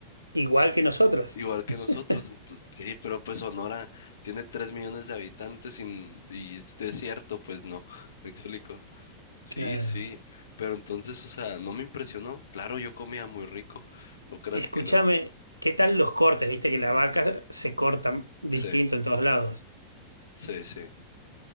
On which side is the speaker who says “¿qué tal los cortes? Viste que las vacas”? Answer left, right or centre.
Right